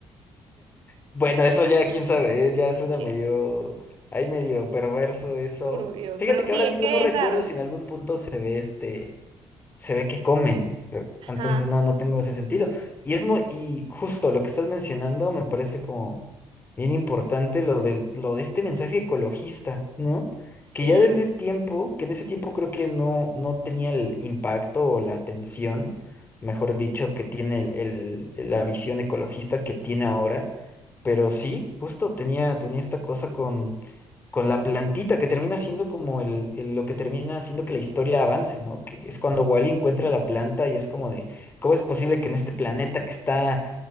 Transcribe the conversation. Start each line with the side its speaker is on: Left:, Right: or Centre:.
Left: Bueno, eso ya quién sabe, eh, ya suena
Right: De
Left: medio, ahí medio perverso eso.
Right: turbio,
Left: Fíjate
Right: pero sí,
Left: que ahora
Right: es
Left: mismo
Right: que
Left: no recuerdo
Right: es raro.
Left: si en algún punto se ve este. se ve que comen. ¿ve?
Right: Ajá,
Left: Entonces no, no tengo ese sentido. Y es muy, y justo lo que estás mencionando me parece como bien importante lo de, lo de este mensaje ecologista, ¿no?
Right: sí.
Left: Que ya desde tiempo, que en ese tiempo creo que no, no tenía el impacto o la atención, mejor dicho, que tiene el, el- la visión ecologista que tiene ahora. Pero sí, justo tenía, tenía esta cosa con la plantita que termina siendo como el, el- lo que termina haciendo que la historia avance, ¿no? Que es cuando Wally encuentra la planta y es como de, ¿cómo es posible que en este planeta que está,